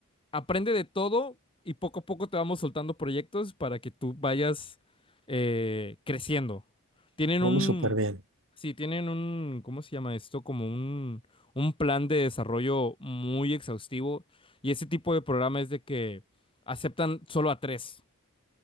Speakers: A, on the left; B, on the right.
A: aprende de todo y poco a poco te vamos soltando proyectos para que tú vayas eh, creciendo. Tienen
B: Oh,
A: un,
B: súper bien.
A: sí, tienen un, ¿cómo se llama esto? Como un, un plan de desarrollo muy exhaustivo y ese tipo de programa es de que aceptan solo a tres.